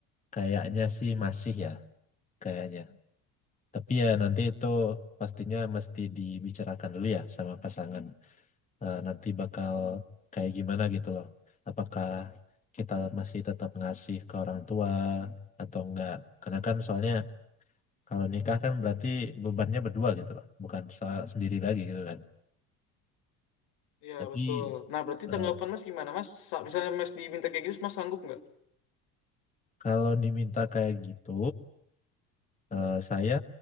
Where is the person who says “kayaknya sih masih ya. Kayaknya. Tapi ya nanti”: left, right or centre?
Left